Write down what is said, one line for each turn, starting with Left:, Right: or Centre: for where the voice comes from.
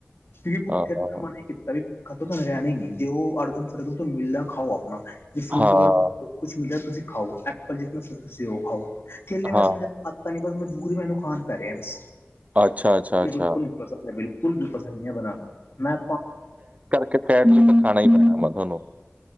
Left: ਕਿ ਕੀਤਾ
Right: ਹਾਂ, ਹਾਂ,
Left: ਵੀ ਖਤੋਂ ਤੁਹਾਨੂੰ ਰਹਿਣਾ ਹੀ ਨੀ, ਜੇ ਉਹ ਅੜਗਮ ਸੜਗਮ, ਤੁਹਾਨੂੰ ਮਿਲਦਾ ਖਾਓ ਆਪਣਾ, ਜੇ ਫਰੂਟ
Right: ਹਾਂ,
Left: ਕੁਛ ਮਿਲਿਆ ਤੁਸੀਂ ਖਾਓ, ਐਪਲ ਜਿਸ ਤੁਸੀਂ ਉਹ ਖਾਓ, ਕੇੇਲੇ ਵੈਸੇ
Right: ਹਾਂ,
Left: ਮ ਤਾਂ ਨਹੀਂ ਬਸ ਮਜਬੂਰ ਹੀ ਮੈਨੂੰ ਖਾਣ ਪੈ ਰਹੇ ਬਸ,
Right: ਅੱਛਾ, ਅੱਛਾ, ਅੱਛਾ।
Left: ਬਿਲਕੁਲ ਨਹੀਂ। ਬਿਲਕੁਲ ਵੀ ਪਸੰਦ ਨਹੀਂ ਹੈ ਬਣਾਣਾ, ਮੈਂ
Right: ਕੀ ਫੈਟ ਲਯੀ ਤਾਂ ਖਾਣਾ ਹੀ ਪੈਣਾ ਤੁਹਾਨੂੰ